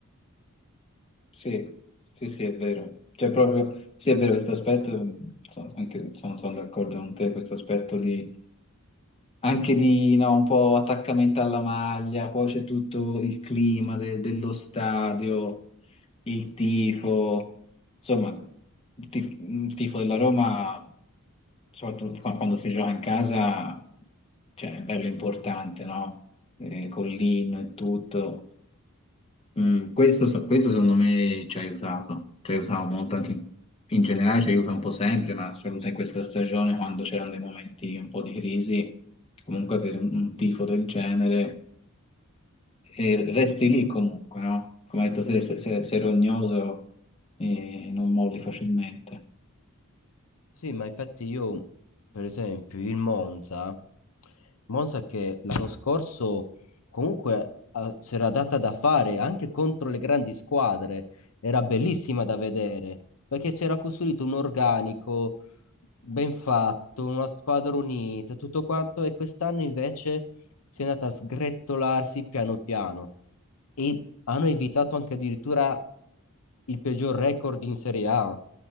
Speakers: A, on the left; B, on the left.
A: sì, sì, sì, è vero. Cioè proprio, sì, è vero questo aspetto, sono, anche, sono, sono d'accordo con te, questo aspetto di anche di no, un po' attaccamento alla maglia, poi c'è tutto il clima de- dello stadio, il tifo, insomma, il tif- il tifo, della Roma, soprattutto qua- quando si gioca in casa, cioè, è bello importante, no? Eh, con l'inno e tutto. Mm, questo, so- questo secondo me ci ha aiutato, ci ha aiutato molto anche in, in generale, ci aiuta un po' sempre, ma soprattutto in questa stagione quando c'erano dei momenti un po' di crisi, comunque per un, un tifo del genere, e resti lì comunque, no? Come hai detto te, se, se- sei rognoso eh, non molli facilmente.
B: Sì, ma infatti io, per esempio, il Monza, Monza che l'anno scorso comunque eh, si era data da fare anche contro le grandi squadre, era bellissima da vedere, perché si era costruito un organico ben fatto, una squadra unita, tutto quanto, e quest'anno invece si è andata a sgretolarsi piano piano e hanno evitato anche addirittura il peggior record in Serie A.